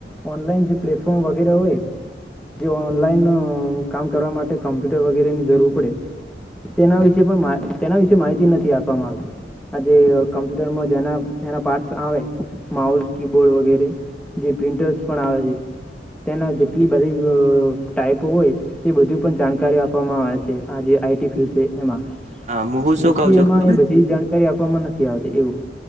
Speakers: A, in the centre; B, on the right (about 40°).
A: ઓનલાઈન જે પ્લેટફોર્મ વગેરે હોય, જે ઓનલાઈન કામ કરવા માટે કમ્પ્યુટર વગેરેની જરૂર પડે. તેના વિશે પણ, તેના વિશે માહિતી નથી આપવામાં આવતી. આજે કમ્પ્યુટર મા જેના એના પાર્ટ્સ આવે, માઉસ, કીબોર્ડ વગેરે. જે પ્રિન્ટર્સ પણ આવે છે, તેના જેટલી બધી ટાઈપો હોય, તે બધી પણ જાણકારી આપવામાં આવે છે. આ જે આઈટી ફિલ્ડ છે, એમાં
B: હા હું
A: બી.
B: શું કઉ
A: સી.
B: છું
A: એ.
B: ખબર
A: માં એ બધી જાણ કરી આપવામાં નથી આવતી એવું